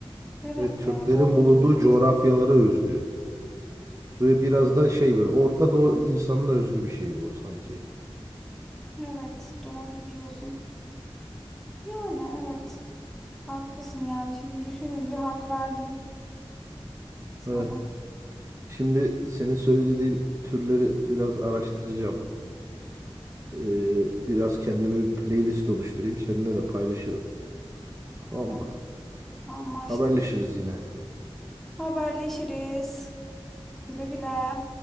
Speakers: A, in the centre; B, on the right (about 30°).
A: Evet
B: Ve Türklerin
A: ya doğru
B: bulunduğu
A: diyor.
B: coğrafyalara özgü. Ve biraz da şey böyle Orta Doğu insanına özgü bir şey bu sanki.
A: Evet doğru diyorsun. Yani evet haklısın yani şimdi düşününce hak verdim. Sana.
B: Ha, Şimdi senin söylediğin türleri biraz araştıracağım. Ee, biraz kendime bir playlist oluşturayım. Seninle de paylaşırım. Tamam
A: Tamam.
B: mı?
A: Anlaştık.
B: Haberleşiriz yine.
A: Haberleşiriz. Güle güle.